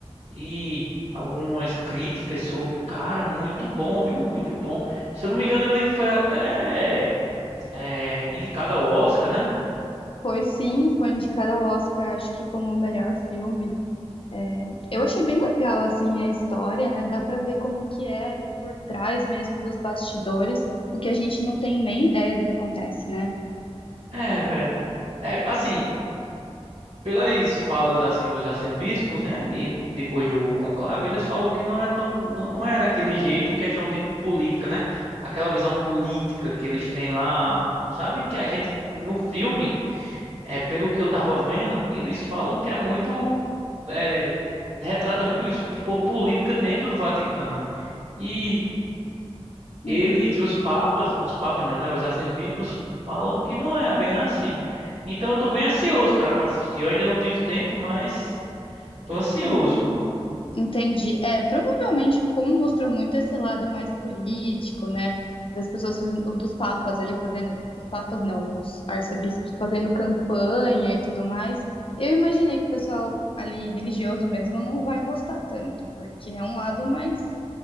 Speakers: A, on the right; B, on the left.
A: e algumas críticas sobre. Cara, muito bom, viu? Muito bom. Se eu não me engano, ele foi até é, indicado ao Oscar, né?
B: Foi sim, foi indicada ao Oscar, acho que como o melhor filme. É, Eu achei bem legal assim a história, né? Dá pra ver como que é ali por trás mesmo dos bastidores, porque a gente não tem nem ideia do que acontece, né?
A: É, velho. É, assim, pelas falas assim dos arcebispos, né? E depois do conclave, eles falam que não é tão, não, não é daquele jeito em questão tipo política, né? Aquela visão política que eles têm lá, sabe? Que a gente no filme, é pelo que eu tava vendo, eles falam que é muito eh, retrata muito isso, tipo, a política dentro do Vaticano. E
B: Hum,
A: eles, os papas, os papas não, né? Os arcebispos falam que não é bem assim. Então eu tô bem ansioso, cara, pra assistir. Eu ainda não tive tempo, mas tô ansioso.
B: hum, entendi. É, provavelmente, como mostrou muito esse lado mais político, né? Das pessoas, fazendo- ou dos papas ali fazendo, os papas não, os arcebispos fazendo campanha e tudo mais. Eu imaginei que o pessoal ali religioso mesmo não vai gostar tanto, porque é um lado mais